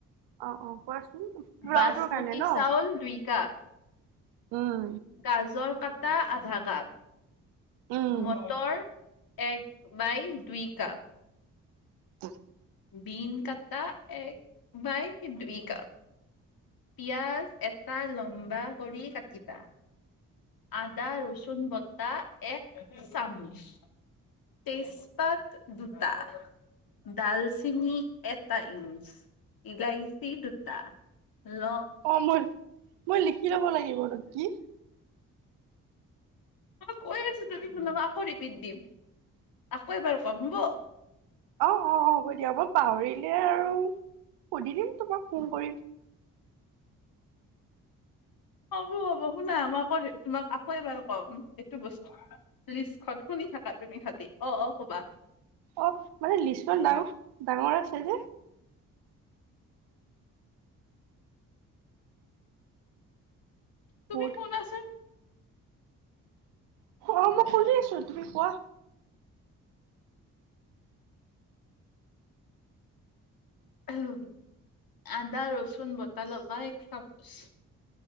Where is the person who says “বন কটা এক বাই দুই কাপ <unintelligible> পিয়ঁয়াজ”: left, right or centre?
Left